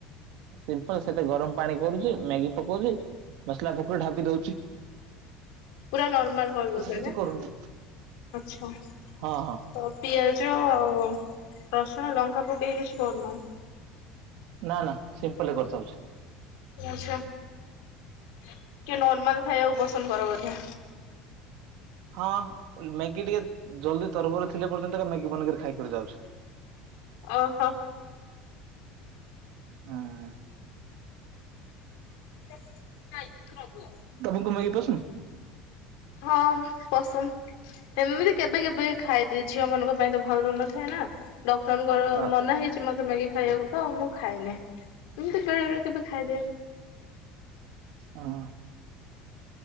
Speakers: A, on the right; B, on the left.
A: ସିମ୍ପଲ୍ ସେତେରେ ଗରମ ପାଣି କରୁଚି। ମ୍ୟାଗି ପକୋଉଛି। ମସଲା ପକେଇକି ଢାବି ଦୋଉଛି।
B: ପୁରା ନର୍ମାଲ୍ କରିଦୋଉଚ
A: କିଛି
B: ନା?
A: କରୁନି
B: ଆଚ୍ଛା।
A: ହଁ ହଁ
B: ତ ପିଆଜ ଆଉ ରସୁଣ ଲଙ୍କା ପକେଇକି କିଛି କରୁନ?
A: ନା ନା ସିମ୍ପଲ୍ ରେ କରି ଦୋଉଛି।
B: ଆଚ୍ଛା। ଟିକିଏ ନର୍ମାଲ୍ ଖାଇବାକୁ ପସନ୍ଦ କର ବୋଧେ?
A: ହଁ। ମ୍ୟାଗି ଟିକେ ଜଲ୍ଦି ତରବର ଥିଲେ ପର୍ଯ୍ୟନ୍ତ ତ ମ୍ୟାଗି ବନେଇକିରି ଖାଇକରି ଯାଉଛି।
B: ଅହ।
A: ହଁ।
B: <unintelligible>
A: ତମୁକୁ ମ୍ୟାଗି ପସନ୍ଦ୍?
B: ହଁ ପସନ୍ଦ୍। ଏମିତି କେବେ କେବେ ଖାଇ ଦିଏ ଝିଅ ମାନଙ୍କ ପାଇଁ ତ ଭଲ ରନଥାଏ ନା। ଡକ୍ଟରଙ୍କର
A: ହଁ
B: ମନା ହେଇ କିଛି ମତେ ମ୍ୟାଗି ଖାଇବାକୁ ତ ମୁଁ ଖାଏନି। ଏମିତି ବେଳେ ବେଳେ କେବେ ଖାଇ ଦିଏ।
A: ଅ ହଁ ହଁ।